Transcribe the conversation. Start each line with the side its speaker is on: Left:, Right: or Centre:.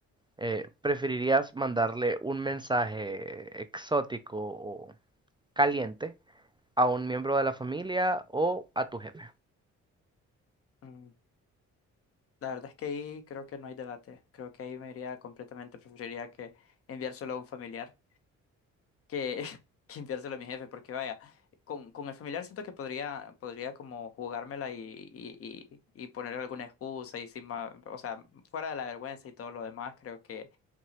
Right: Eh, ¿preferirías mandarle un mensaje exótico o caliente a un miembro de la familia o a tu jefe?
Left: Mm, La verdad es que ahí creo que no hay debate, creo que ahí me iría completamente, preferiría que enviárselo a un familiar. que, <laughs> que enviárselo a mi jefe, porque vaya, con, con el familiar siento que podría, podría como jugármela y, y, y, y ponerle alguna excusa y sin ma- o sea, fuera de la vergüenza y todo lo demás, creo que,